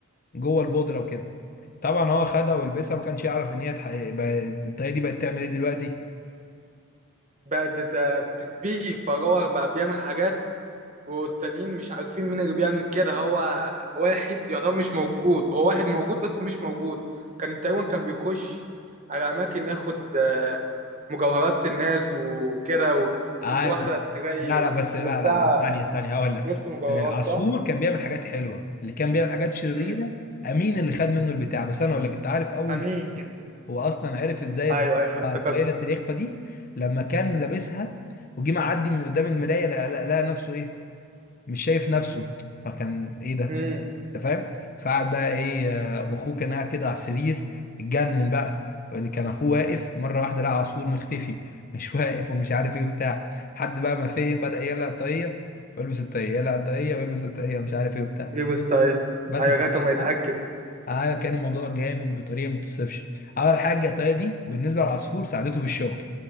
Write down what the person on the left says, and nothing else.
جوه البودره وكده طبعا هو خدها ولبسها ما كانش يعرف ان هي اتح- بقى- الطاقيه دي بقت تعمل ايه دلوقتي
آه
بس
لا لا بس لا
لا لا، ثانية ثانية هقول لك
آه، عصفور
كان بيعمل حاجات حلوة اللي كان بيعمل حاجات شريرة
أمين اللي خد منه البتاع بس أنا أقول لك أنت عارف أول
حاجة هو أصلا عرف إزاي
إن
هو طاقية الإخفاء دي لما كان لابسها وجي معدي من قدام المراية لقى لقى- لقى نفسه إيه مش شايف نفسه فكان إيه ده
انت فاهم فقعد بقى ايه آه، واخوه كان قاعد كده على السرير اتجنن بقى اللي كان اخوه واقف مره واحده لقى عصفور مختفي مش <laughs> واقف ومش عارف ايه وبتاع حد بقى ما فهم بدأ يقلق الطاقيه ويلبس الطاقيه يقلق الطاقيه ويلبس الطاقيه مش عارف ايه وبتاع
بس
الصراحه
آه كان الموضوع جامد بطريقه ما تتوصفش اول حاجه الطاقيه دي بالنسبه للعصفور ساعدته في الشغل